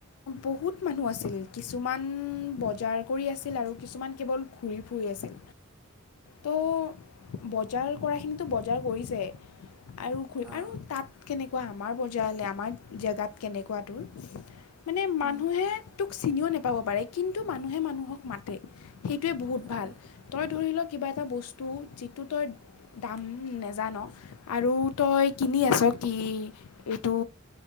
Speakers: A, on the left; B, in the centre.
A: বহুত মানুহ আছিল, কিছুমান বজাৰ কৰি আছিল আৰু কিছুমান কেৱল ঘূৰি ফুৰি আছিল।
B: <inaudible>
A: তো বজাৰ কৰা খিনিতো বজাৰ কৰিছে। আৰু ঘুৰি
B: অঁ
A: আৰু তাত কেনেকুৱা আমাৰ বজাৰলে, আমাৰ জেগাত কেনেকুৱা‌ তোৰ মানে মানুহে
B: উম,
A: তোক চিনিও নেপাব পাৰে কিন্তু মানুহে মানুহক মাত তে সেইটোৱে বহুত ভাল,
B: অঁ
A: তই ধৰি ল কিবা এটা বস্তু যিটো তই দাম নেজান' আৰু তই কিনি আছ কি এইটো